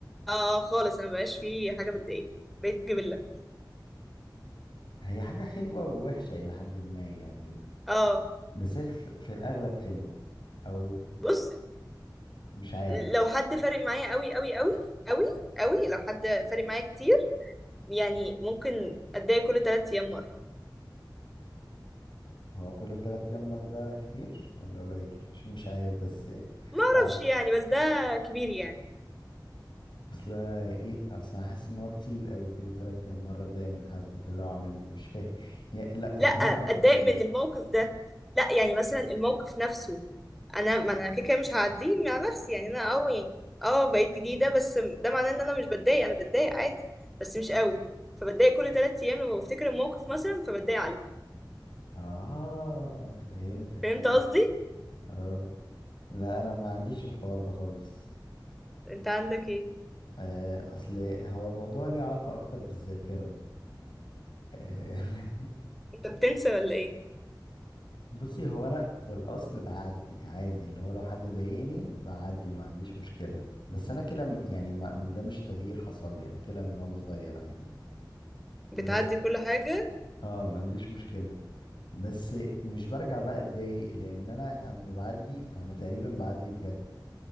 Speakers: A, in the centre; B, on the left.
A: اه خالص انا مبقاش في حاجه بتضايقني بقيت جبله
B: هي حاجة حلوة ووحشة الى حد ما يعني
A: اه
B: بس هي في في الاغلب حلوة او
A: بص
B: مش عارف
A: لو حد فارق معايا قوي قوي قوي قوي قوي لو حد فارق معايا كتير يعني ممكن اتضايق كل ثلاث ايام مره
B: هو كل تلات ايام مرة ده كتير ولا قليل مش مش عارف بس يعني
A: ما اعرفش
B: اه
A: يعني بس ده كبير يعني
B: اصل ايه اصل أنا حاسس ان هو كتير قوي كل تلات ايام مرة اتضايق من حد ده لو عمل لي مش فاهم يعني لا فهميني
A: لا
B: اكتر
A: اتضايق
B: يعني
A: من الموقف ده لا يعني مثلا الموقف نفسه انا ما انا كده كده مش هعديه مع نفسي يعني انا اه يعني اه بقيت جديده بس ده معناه ان انا مش بتضايق انا بتضايق عادي بس مش قوي فبتضايق كل ثلاث ايام لما بفتكر الموقف مثلا فبتضايق عليه
B: اه فهمت فهمت
A: فهمت قصدي
B: اه لا انا ما عنديش الحوار ده خالص
A: انت عندك ايه
B: آه، اصل هو الموضوع ليه علاقة اكتر بالذاكرة آه،
A: انت بتنسى ولا ايه
B: <laughs> بصي هو انا في الاصل بعدي عادي اللي هو لو حد ضايقني بعدي ما عنديش مشكلة بس انا كده م- يعني ما ده مش تغيير حصل لي انا كده من وانا صغير عادي
A: بتعدي
B: بس
A: كل حاجه
B: اه ما عنديش مشكلة بس مش برجع بقى اتضايق لان انا اما بعدي فانا تقريبا بعدي بجد